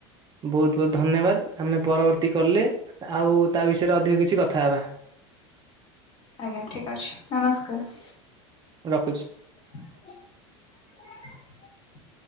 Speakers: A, on the right; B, on the left.
A: ବହୁତ ବହୁତ ଧନ୍ୟବାଦ ଆମେ ପରବର୍ତ୍ତୀ କଲ୍ ରେ ଆଉ ତା ବିଷୟରେ ଅଧିକ କିଛି କଥା ହେବା।
B: ଆଜ୍ଞା। ଠିକ ଅଛି ନମସ୍କାର।
A: ରଖୁଛି।
B: <unintelligible>